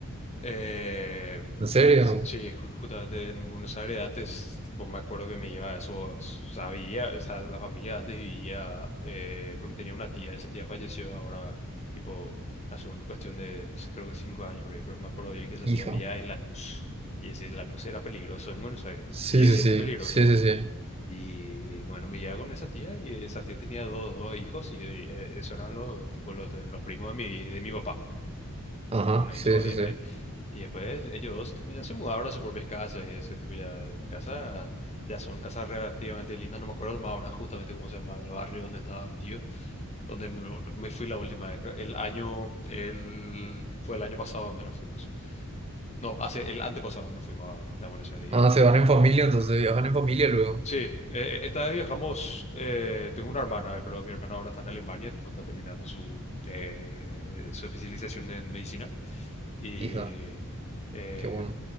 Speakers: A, on the left; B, on the right.
A: Eh,
B: ¿En serio?
A: sí, sí, justamente en Buenos Aires antes, tipo, me acuerdo que me iba a eso, o sea, vivía, o sea, la familia antes vivía, eh, porque tenía una tía, esa tía falleció ahora, tipo, hace un cuestión de, no sé, creo que cinco años, por ahí, pero me acuerdo bien que esa
B: hija
A: tía vivía en Lanús, y ese Lanús era peligroso en Buenos Aires,
B: Sí,
A: sigue
B: sí,
A: siendo
B: sí,
A: peligroso.
B: sí, sí, sí.
A: Y bueno, me llevaba con esa tía y esa tía tenía dos, dos hijos y eh, esos eran los, tipo, los, los primos de mi, de mi papá.
B: Ajá,
A: Y bueno, y
B: sí,
A: todo bien
B: sí, sí.
A: ahí. Y después ellos dos, tipo, ya se mudaron a sus propias casas y ese tipo ya casa, ya son casas relativamente lindas, no me acuerdo más ahora justamente cómo se llama el barrio donde estaba mi tío, donde me, me fui la última vez. creo. El año, el, fue el año pasado donde nos fuimos. No, hace el antepasado nos fuimos a, a Buenos Aires
B: Ah, se
A: y,
B: van en familia, entonces viajan en familia luego.
A: Sí, eh, esta vez viajamos, eh, tengo una hermana, pero mi hermana ahora está en Alemania, tipo, está terminando su, eh, su especialización en medicina. Y
B: Hija,
A: eh,
B: qué bueno.